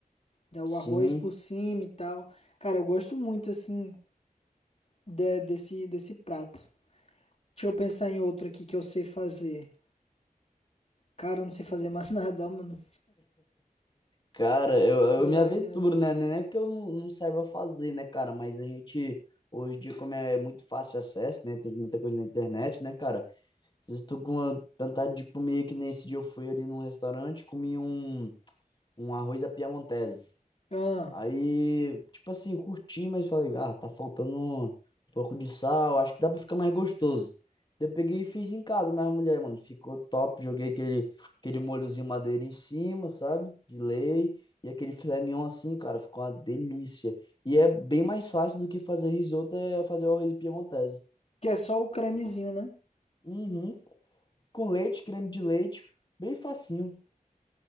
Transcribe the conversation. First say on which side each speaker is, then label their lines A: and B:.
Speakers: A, on the left; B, on the left.
A: Dá o
B: Sim,
A: arroz por cima e tal. Cara, eu gosto muito assim de- desse desse prato. Deixa eu pensar em outro aqui que eu sei fazer. Cara, eu não sei fazer mais <laughs> nada, mano.
B: Cara, eu,
A: Ai,
B: eu me aventuro,
A: ai.
B: né? Não é que eu não, não saiba fazer, né, cara? Mas a gente, hoje em dia, como é muito fácil acesso, né? Tem muita coisa na internet, né, cara? Às vezes tô com uma vontade de comer, que nem esse dia eu fui ali num restaurante, comi um, um arroz à piamontese.
A: Ah,
B: Aí, tipo assim, curti, mas falei, ah, tá faltando um pouco de sal, acho que dá pra ficar mais gostoso. Eu peguei e fiz em casa, mas a mulher, mano, ficou top. Joguei aquele, aquele molhozinho madeira em cima, sabe? De lei. E aquele filé mignon assim, cara, ficou uma delícia. E é bem mais fácil do que fazer risoto, é fazer o arroz piemontese.
A: que é só o cremezinho, né?
B: Uhum. Com leite, creme de leite, bem facinho,